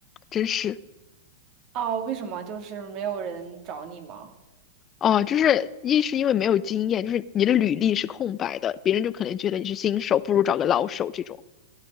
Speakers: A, on the left (about 30°); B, on the right (about 40°).
A: 真是。
B: 哦，为什么就是没有人找你吗？
A: 哦，就是一是因为没有经验，就是你的履历是空白的，别人就可能觉得你是新手，不如找个老手这种。